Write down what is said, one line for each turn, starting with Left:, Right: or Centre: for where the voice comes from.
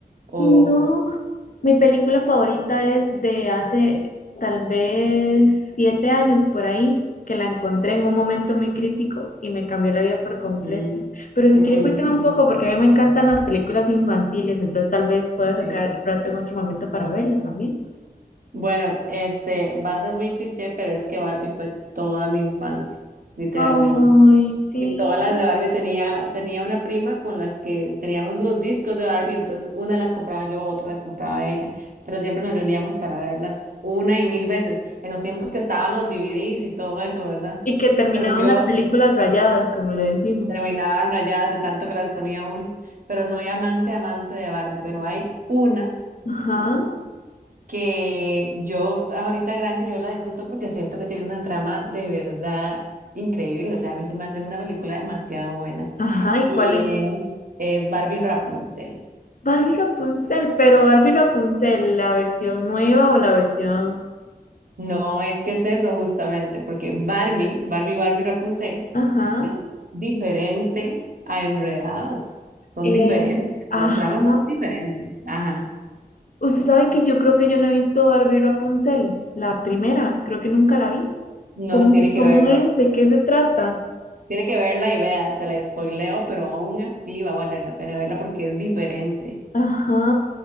Right: o...
Left: no. Mi película favorita es de hace tal vez siete años por ahí, que la encontré en un momento muy crítico y me cambió la vida por completo.
Right: Mm,
Left: Pero si
Right: ujú,
Left: quiere cuénteme un poco, porque a mí me encantan las películas infantiles, entonces tal vez pueda sacar
Right: sí.
Left: rato en otro momento para verla también.
Right: Bueno, este, va a ser muy cliché, pero es que Barbie fue toda mi infancia, literalmente.
Left: Ay, sí.
Right: Y todas las de Barbie tenía, tenía una prima con las que teníamos los discos de Barbie, entonces una las compraba yo, otra las compraba ella, pero siempre nos reuníamos para verlas una y mil veces, en los tiempos que estaban los DVDs y todo eso, ¿verdad?
Left: Y que terminaban
Right: Pero yo
Left: las películas rayadas, como le decimos.
Right: terminaba rayadas de tanto que las ponía uno, pero soy amante, amante de Barbie, pero hay una
Left: Ajá,
Right: que yo ahorita grande, yo la disfruto porque siento que tiene una trama de verdad increíble, o sea, a mí se me hace una película demasiado buena.
Left: ajá, ¿y
Right: Y
Left: cuál es?
Right: es, es Barbie Rapunzel.
Left: Barbie Rapunzel, pero Barbie Rapunzel, la versión nueva o la versión...
Right: No, es que es eso justamente, porque Barbie, Barbie, Barbie Rapunzel
Left: Ajá.
Right: es diferente a Enredados. Son
Left: Eh,
Right: diferentes,
Left: ajá.
Right: las tramas son diferentes. Ajá,
Left: Usted sabe que yo creo que yo no he visto Barbie Rapunzel, la primera, creo que nunca la vi.
Right: no,
Left: ¿Cómo,
Right: tiene que
Left: cómo
Right: verla.
Left: es? ¿De qué se trata?
Right: Tiene que verla y vea, se la spoileo, pero aún así va a valer la pena verla porque es diferente.
Left: Ajá,